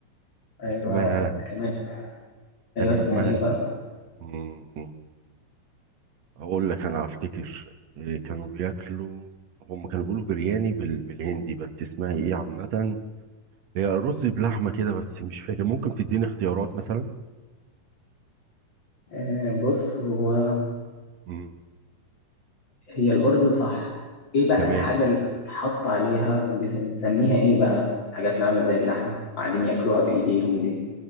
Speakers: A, on the left; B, on the right.
A: أيوه
B: اسمها
A: كمان أيوه
B: كان
A: اسمها
B: اسمها
A: إيه بقى؟
B: مم، اقول لك انا افتكر إيه، كانوا بياكلوا هم كانوا بيقولوا برياني بال... بالهندي بس اسمها ايه عامة هي رز بلحمة كده بس مش فاكر ممكن تديني اختيارات مثلا
A: آه، بص هو
B: مم.
A: هي الأرز صح ايه بقى
B: تمام
A: الحاجة اللي بتتحط عليها بنسميها ايه بقى الحاجات اللي عاملة زي اللحمة قاعدين ياكلوها بإيديهم دي